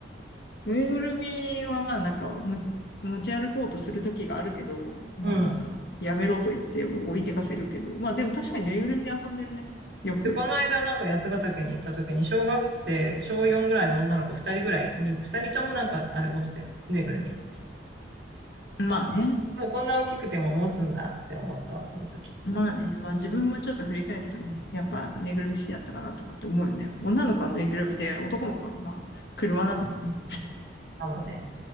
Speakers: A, on the left; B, on the right.
A: ぬいぐるみはまあなんかも持ち歩こうとする時があるけど、まあなんかやめろと言って置いてかせるけど、
B: うん。
A: まあでも確かにぬいぐるみで遊んでるね。よく。
B: で、この間なんか八ヶ岳に行った時に、小学生、小4ぐらいの女の子2人ぐらい、みん、2人ともなんかあれ持ってたよ。ぬいぐるみ。
A: まあね。
B: もうこんな大きくても持つんだって思ったわ、その時。
A: まあね。まあ自分もちょっと振り返るとね、やっぱぬいぐるみ好きだったかなとかって思うよね。女の子はぬいぐるみで、男の子はまあ車なのかね。
B: あ、もうね。